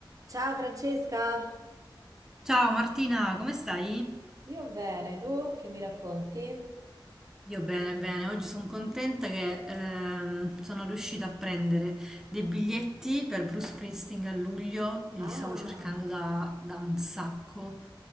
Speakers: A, on the right (about 40°); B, in the centre.
A: Ciao Francesca,
B: Ciao Martina, come stai?
A: io bene, tu che mi racconti?
B: Io bene, bene. Oggi sono contenta che ehm, sono riuscita a prendere dei biglietti per Bruce Springsteen a luglio e
A: Ah,
B: li stavo cercando da, da un sacco,